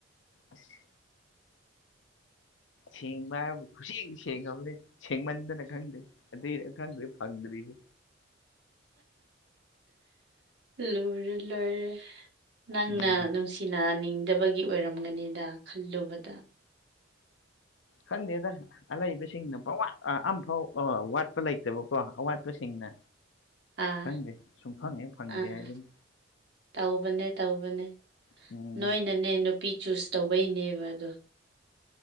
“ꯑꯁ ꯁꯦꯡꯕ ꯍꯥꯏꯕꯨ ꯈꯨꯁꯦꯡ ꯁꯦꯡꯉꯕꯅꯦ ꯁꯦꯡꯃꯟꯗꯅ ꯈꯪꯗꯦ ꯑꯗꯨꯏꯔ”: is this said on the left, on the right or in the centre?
Left